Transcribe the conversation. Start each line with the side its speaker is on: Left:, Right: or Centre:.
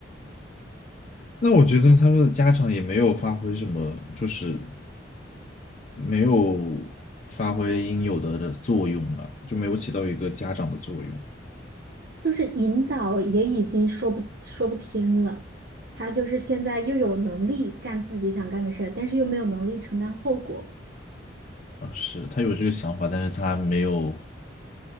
Left: 那我觉得他们的家长也没有发挥什么，就是没有发挥应有的的作用啊，就没有起到一个家长的作用
Right: 就是引导也已经说不说不听了，他就是现在又有能力干自己想干的事儿，但是又没有能力承担后果。
Left: 啊。是，他有这个想法，但是他没有，